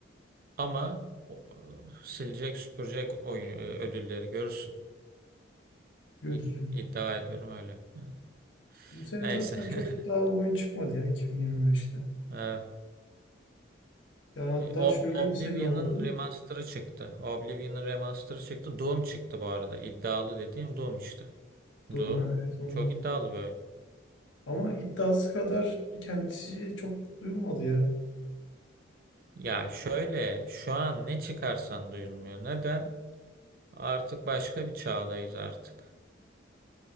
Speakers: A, on the right; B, on the left.
A: ama o- e, silecek süpürecek oy- e, ödülleri görürsün.
B: Görürüm.
A: İd- İddia ediyorum öyle. Evet.
B: Bu sene
A: Neyse.
B: zaten
A: <laughs>
B: çok iddialı bir oyun çıkmadı ya 2025'te.
A: Evet.
B: Yani hatta
A: E, O-
B: şöyle
A: Oblivion'ın
B: bir sene oldu.
A: remaster'ı çıktı. Oblivion'ın remaster'ı çıktı. Doom çıktı bu arada. İddialı dediğim Doom işte.
B: Doom
A: Doom
B: ha, evet onu
A: çok
B: unuttum.
A: iddialı bir oyun.
B: Ama iddiası kadar kendisi çok duyulmadı ya.
A: Ya şöyle şu an ne çıkarsan duyulmuyor. Neden? Artık başka bir çağdayız artık.